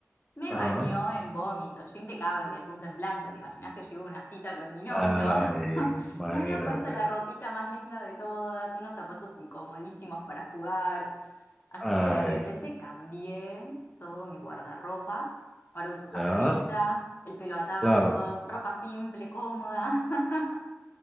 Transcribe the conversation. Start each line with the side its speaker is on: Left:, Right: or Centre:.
Left: Me
Centre: ajá,
Left: bañó en vómito, yo impecable, punto en blanco. ¿Te imaginas que yo iba a una cita con mi novio?
Centre: ay,
Left: <laughs>
Centre: imagínate,
Left: Me había puesto la ropita más linda de todas, unos zapatos incomodísimos para jugar. Así
Centre: ay,
Left: que de repente cambié todo mi guardarropas. Ahora uso zapatillas,
Centre: ya,
Left: el pelo atado,
Centre: claro.
Left: ropa simple, cómoda. <laughs>